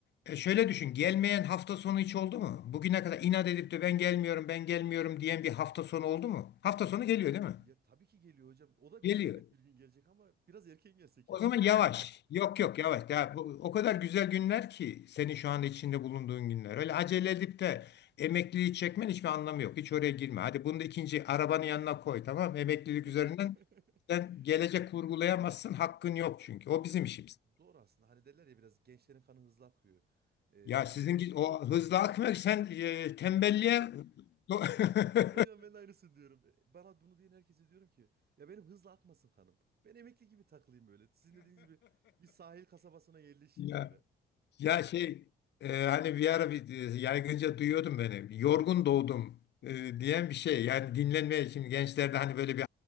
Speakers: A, on the left; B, on the right.
A: e, şöyle düşün. Gelmeyen hafta sonu hiç oldu mu? Bugüne kadar inat edip de ben gelmiyorum, ben gelmiyorum diyen bir hafta sonu oldu mu? Hafta
B: Ya hiç
A: sonu geliyor değil mi?
B: ya tabii ki geliyor hocam. O da
A: Geliyor.
B: bize elbet bir gün gelecek ama biraz erken gelse keşke.
A: O zaman yavaş. Yok yok yavaş. Ya, bu, o kadar güzel günler ki senin şu anda içinde bulunduğun günler. Öyle acele edip de emekliliği çekmen hiçbir anlamı yok. Hiç oraya girme. Hadi bunu da ikinci arabanın yanına koy tamam mı? Emeklilik
B: <laughs>
A: üzerinden sen gelecek kurgulayamazsın. Hakkın yok çünkü. O
B: Ya
A: bizim işimiz.
B: doğru aslında. Hani derler ya biraz gençlerin kanı hızlı akıyor. Ee...
A: Ya sizin o hızlı akmak sen e, tembelliğe... <laughs>
B: <laughs> Hocam ben de aynısını diyorum. Bana bunu diyen herkese diyorum ki ya benim hızlı akmasın kanım. Ben emekli gibi takılayım böyle. Sizin dediğiniz gibi bir sahil kasabasına yerleşeyim
A: <laughs> ya.
B: böyle.
A: Ya şey e, hani bir ara bir, e, yaygınca duyuyordum beni. Yorgun doğdum e, diyen bir şey. Yani dinlenmeye şimdi gençlerde hani böyle bir